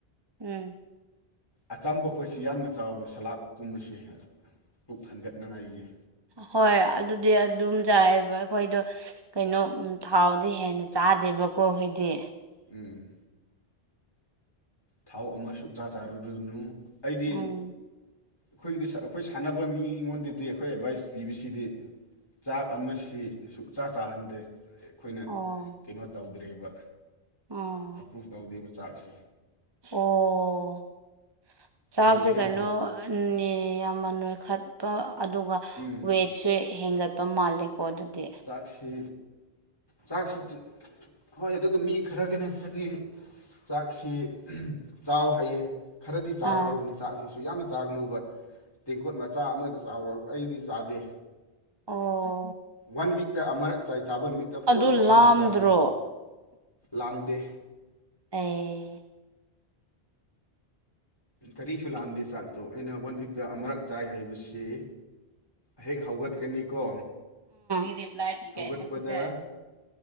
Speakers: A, on the right (about 25°); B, on the left (about 25°).
A: ꯎꯝ
B: ꯑꯆꯝꯕ ꯑꯩꯈꯣꯏꯁꯤ ꯌꯥꯝꯅ ꯆꯥꯎꯕ ꯁꯂꯥꯛꯀꯨꯝꯕꯁꯤ ꯄꯨꯛ ꯊꯟꯒꯠꯅꯤꯉꯥꯏꯒꯤ
A: ꯍꯣꯏ ꯑꯗꯨꯗꯤ ꯑꯗꯨꯝ ꯆꯥꯏꯕ ꯑꯩꯈꯣꯏꯗꯣ ꯀꯩꯅꯣ ꯊꯥꯎꯗꯤ ꯍꯦꯟꯅ ꯆꯥꯗꯦꯕꯀꯣ ꯑꯩꯈꯣꯏꯗꯤ
B: ꯎꯝ ꯊꯥꯎ ꯑꯃ ꯁꯨꯛꯆꯥ ꯆꯥꯔꯨꯔꯅꯨ ꯑꯩꯗꯤ
A: ꯎꯝ
B: ꯑꯩꯈꯣꯏꯒꯤꯗꯤ ꯑꯩꯈꯣꯏ ꯁꯥꯟꯅꯕ ꯃꯤ ꯑꯩꯉꯣꯟꯗꯗꯤ ꯑꯩꯈꯣꯏ ꯑꯦꯗꯚꯥꯏꯁ ꯄꯤꯕꯁꯤꯗꯤ ꯆꯥꯛ ꯑꯃꯁꯤ ꯁꯨꯛꯆꯥ ꯆꯥꯍꯟꯗ꯭ꯔꯦ ꯑꯩꯈꯣꯏꯅ
A: ꯑꯣ
B: ꯀꯩꯅꯣ ꯇꯧꯗ꯭ꯔꯤꯕ
A: ꯑꯣ
B: ꯑꯦꯄ꯭ꯔꯨꯚ ꯇꯧꯗ꯭ꯔꯤꯕ ꯆꯥꯛꯁꯤ
A: ꯑꯣ ꯆꯥꯛ
B: ꯑꯌꯨꯛ
A: ꯁꯤ
B: ꯍꯦꯛ
A: ꯀꯩꯅꯣ
B: ꯍꯧ
A: ꯅꯦ ꯌꯥꯝꯅꯥ ꯅꯣꯏ ꯈꯠꯄ ꯑꯗꯨꯒ
B: ꯎꯝ
A: ꯋꯦꯠꯁꯦ ꯍꯦꯟꯒꯠꯄ ꯃꯥꯜꯂꯦꯀꯣ ꯑꯗꯨꯗꯤ
B: ꯆꯥꯛꯁꯤ ꯆꯥꯛꯁꯤ ꯍꯣꯏ ꯑꯗꯨꯗꯣ ꯃꯤ ꯈꯔꯒ ꯅꯠꯇꯗꯤ ꯆꯥꯛꯁꯤ ꯆꯥꯎ ꯍꯥꯏꯌꯦ ꯈꯔꯗꯤ ꯆꯥꯒꯗꯧꯕꯅꯤ
A: ꯑꯥ
B: ꯆꯥꯛꯁꯤꯁꯨ ꯌꯥꯝꯅ ꯆꯥꯒꯅꯨꯕ ꯇꯦꯡꯀꯣꯠ ꯃꯆꯥ ꯑꯃꯗ ꯆꯥꯎꯔ ꯑꯩꯗꯤ ꯆꯥꯗꯦ
A: ꯑꯣ
B: ꯋꯥꯟ ꯋꯤꯛꯇ ꯑꯃꯨꯔꯛ ꯆꯥꯏ ꯆꯥꯕ ꯅꯨꯃꯤꯠꯇ ꯐꯨꯜ
A: ꯑꯗꯨ
B: ꯊꯥꯎꯁꯨ
A: ꯂꯥꯝꯗ꯭ꯔꯣ
B: ꯆꯥꯒꯅꯤ ꯂꯥꯝꯗꯦ
A: ꯑꯦ
B: ꯀꯔꯤꯁꯨ ꯂꯥꯝꯗꯦ ꯆꯥꯛꯇꯣ ꯑꯩꯅ ꯋꯥꯟ ꯋꯤꯛꯇ ꯑꯃꯔꯛ ꯆꯥꯏ ꯍꯥꯏꯕꯁꯤ ꯍꯦꯛ ꯍꯧꯒꯠꯀꯅꯤꯀꯣ
A: ꯎꯗꯤꯞ꯭ꯂꯥꯏꯗꯤꯒꯥꯏ
B: ꯍꯧꯒꯠꯄꯗ
A: ꯍꯥꯏꯈꯤꯗꯦ <inaudible>